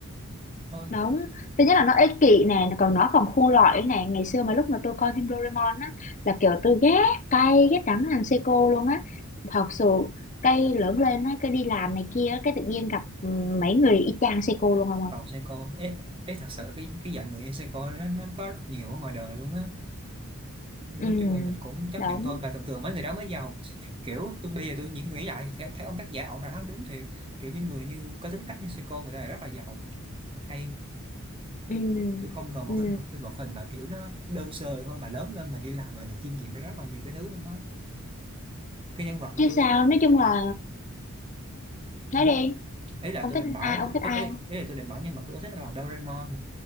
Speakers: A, on the right (about 25°); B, on the left (about 35°).
A: thôi
B: Đúng, thứ nhất là nó ích kỷ nè, còn nó còn khôn lỏi nè. Ngày xưa mà lúc mà tôi coi phim Doraemon á, là kiểu tôi ghét cay, ghét đắng thằng Seiko luôn á. Thật sự, cái lớn lên á, cái đi làm này kia, á, cái tự nhiên gặp ừ, mấy người y chang Seiko luôn không ơi.
A: còn Seiko ấy ấy thật sự cái cái dạng người như Seiko nó nó có rất nhiều ở ngoài đời luôn á nói
B: Ừ,
A: chung là mình cũng chấp
B: đúng,
A: nhận thôi mà thường thường mấy người đó mới giàu kiểu tôi bây giờ tôi nghĩ nghĩ lại thì thấy, thấy ông tác giả ông phải nói đúng thiệt kiểu những người như có tính cách như Seiko người ta là rất là giàu hay
B: ừ,
A: tôi không cần một
B: ừ.
A: cái phim phim một hình mà kiểu nó đơn sơ thôi mà lớn lên mình đi làm mình phải chiêm nghiệm rất là nhiều cái thứ đó cái nhân vật mà
B: Chứ
A: tôi
B: sao, nói chung là, nói
A: ừ,
B: đi,
A: ý là
B: ông
A: tôi
B: thích
A: định bảo
B: ai, ông
A: tôi,
B: thích
A: ý,
B: ai.
A: ý, ý là tôi định bảo nhân vật tôi thích là Doraemon